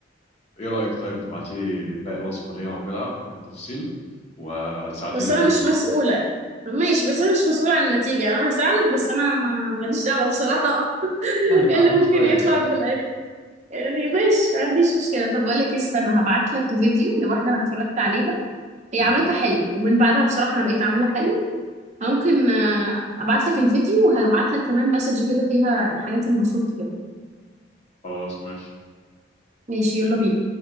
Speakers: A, on the left; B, on the right.
A: ايه رايك طيب تبعتي لي باقي الوصفه ليها وكده بالتفصيل وتساعديني
B: بس
A: نعملها
B: أنا مش مسؤولة ماشي بس أنا مش مسؤولة عن النتيجة أنا هساعدك بس أنا ما ماليش دعوة بصراحة <laughs>
A: يعني ساعديني
B: إيه اللي ممكن
A: شويه
B: يطلع
A: كده
B: في الآخر يعني ماشي ما عنديش مشكلة طب بقول لك إيه، استنى هبعت لك فيديو لواحدة أنا اتفرجت عليها هي
A: امم
B: عملتها حلو ومن بعدها بصراحة أنا بقيت أعملها حلو ممكن آه، ابعت لك الفيديو وهبعت لك كمان مسج كده فيها الحاجات اللي المفروض تجيبها
A: خلاص ماشي
B: ماشي يلا بينا